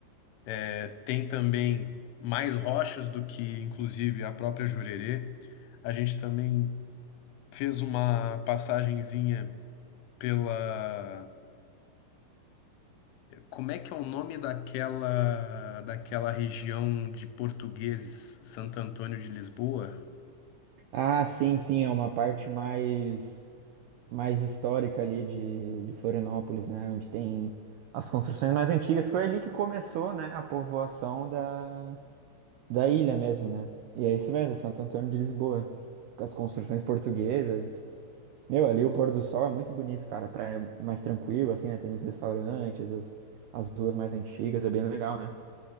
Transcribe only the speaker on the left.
É, tem também mais rochas do que, inclusive, a própria Jurerê. A gente também fez uma passagenzinha pela. Como é que é o nome daquela, daquela região de portugueses, Santo Antônio de Lisboa?